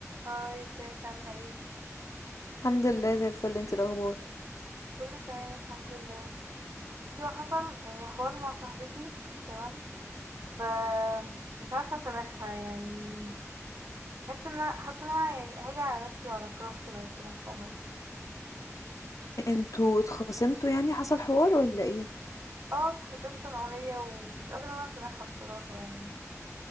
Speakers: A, on the right; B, on the left.
A: هاي ازيك عاملة ايه؟
B: الحمد لله زي الفل انت الاخبار
A: كله تمام الحمد لله ايوه حصل يعني حوار مع صاحبتي تمام ف مش عارفة اسامحها يعني حاسة ان انا حاسة ان انا يعني هاجي على نفسي وعلى كرامتي لو سامحتها
B: انتوا اتخاصمتوا يعني حصل حوار ولا ايه
A: اه اتخاصمت انا وهي ومش قادرة ان انا اسامحها بصراحة يعني